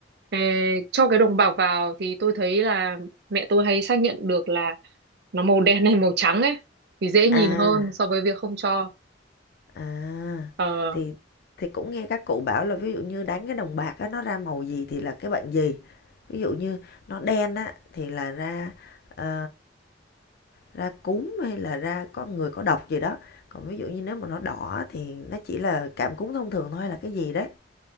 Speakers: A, on the right (about 60°); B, on the left (about 60°).
A: Ê, cho cái đồng bạc vào thì tôi thấy là mẹ tôi hay xác nhận được là nó màu đen hay màu trắng ấy thì dễ nhìn
B: À,
A: hơn so với việc không cho
B: à
A: ờ
B: thì thì cũng nghe các cụ bảo là ví dụ như đánh cái đồng bạc á nó ra màu gì thì là cái bệnh gì. Ví dụ như nó đen á thì là ra ờ, ra cúm hay là ra có người có độc gì đó. Còn ví dụ như nếu mà nó đỏ á, thì nó chỉ là cảm cúm thông thường thôi hay là cái gì đấy.